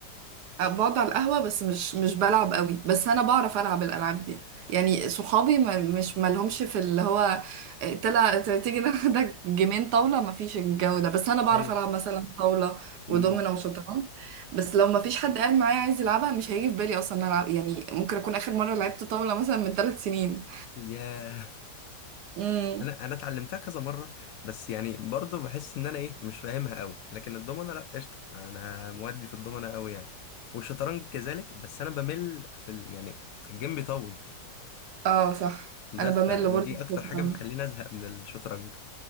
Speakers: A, on the right (about 75°); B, on the left (about 70°).
A: أه، بقعد على القهوة بس مش مش بلعب قوي بس أنا بعرف ألعب الألعاب دي يعني صحابي ما مش مالهمش في اللي هو إيه، تلا ت- تيجي ناخدك جيمين طاولة ما فيش الجو ده بس أنا بعرف
B: ايوه
A: ألعب مثلا طاولة ودومينة
B: امم
A: وشطرنج بس لو ما فيش حد قاعد معايا عايز يلعبها مش هيجي في بالي أصلا إن أنا ألعب يعني ممكن أكون آخر مرة لعبت طاولة مثلا من ثلاث سنين
B: يا
A: امم
B: انا انا اتعلمتها كذا مرة بس يعني برضو بحس ان انا ايه مش فاهمها قوي لكن الضمنة لأ قشطة انا مودي في الضمنة قوي يعني والشطرنج كذلك بس انا بمل في ال... يعني الجيم بيطول
A: اه صح
B: بس
A: أنا بمل
B: فانا
A: برضه
B: دي
A: في
B: اكتر
A: الشطرنج.
B: حاجه بتخليني ازهق من الشطرنج